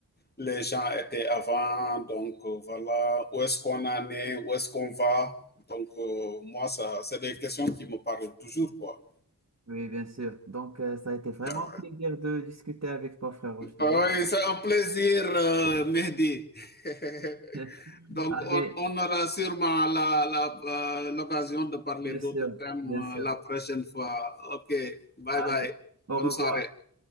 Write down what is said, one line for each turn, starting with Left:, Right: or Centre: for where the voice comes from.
Left: les gens étaient avant, donc euh, voilà, où est-ce qu'on en est, où est-ce qu'on va. Donc, euh, moi, ça, c'est des questions qui me parlent toujours, quoi.
Right: oui, bien sûr. Donc, euh, ça a été vraiment
Left: Ben
Right: un plaisir de discuter avec toi, frère
Left: Oui,
Right: je te jure.
Left: c'est un plaisir, euh, Mehdi. <laughs>
Right: <laughs>
Left: Donc,
Right: Allez,
Left: on, on, aura sûrement l'occasion la, la, euh, de parler
Right: bien
Left: d'autres
Right: sûr,
Left: thèmes
Right: bien
Left: euh,
Right: sûr.
Left: la prochaine fois. OK, bye
Right: Allez,
Left: bye.
Right: au
Left: Bonne
Right: revoir.
Left: soirée.